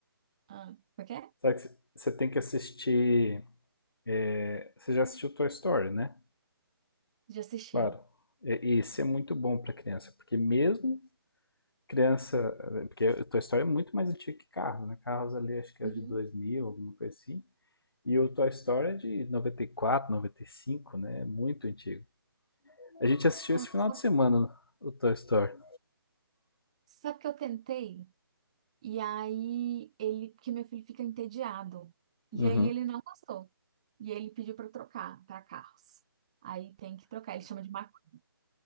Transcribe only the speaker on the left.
será que você tem que assistir? é, você já assistiu Toy Story, né?
Claro. E, esse é muito bom para criança, porque mesmo criança, porque o Toy Story é muito mais antigo que Carros, né? Carros ali acho que
é de 2000, alguma coisa assim. E o Toy Story é de 94, 95 né? É Muito antigo. A gente assistiu
esse final
de semana o Toy Story.
Uhum.